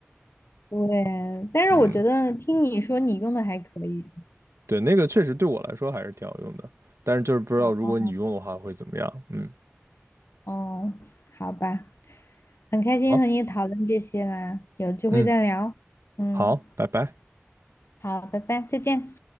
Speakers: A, on the left (about 65°); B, on the right (about 85°).
A: 对，但是我觉得听你说你用的还可以
B: 嗯，对，那个确实对我来说还是挺好用的，但是就是不知道如果你用的话会怎么样。
A: 啊，
B: 嗯，
A: 哦，好吧，很开心和你讨论这些啦，
B: 好，
A: 有机会再聊。
B: 嗯，
A: 嗯。
B: 好，拜拜。
A: 好，拜拜，再见。